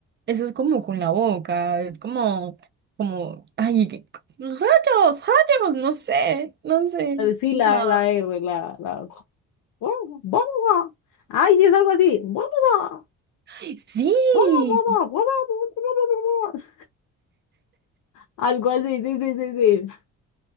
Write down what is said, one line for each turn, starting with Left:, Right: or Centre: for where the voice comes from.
Right: Eso es como con la boca, es como, como, ay, que- rayos, rayos, no sé, no sé.
Left: Sí, la,
Right: no.
Left: la R, la, la. Vamos, vamos a. Ay, sí es algo así. Vamos a.
Right: Sí,
Left: Vamos, vamos, vamos, vamos, vamos, vamos. Algo así, sí, sí, sí, sí.